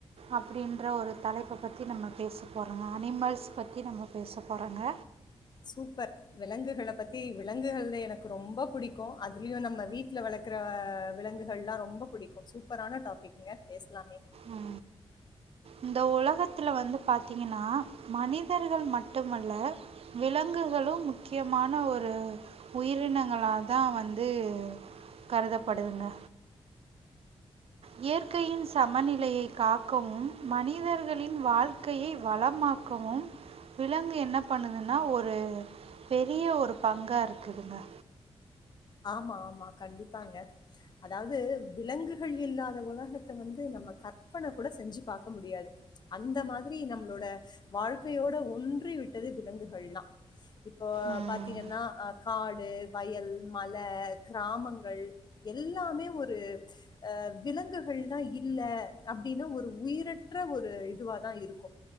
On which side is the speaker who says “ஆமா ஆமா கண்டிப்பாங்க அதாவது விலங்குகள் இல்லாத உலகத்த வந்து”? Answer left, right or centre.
Left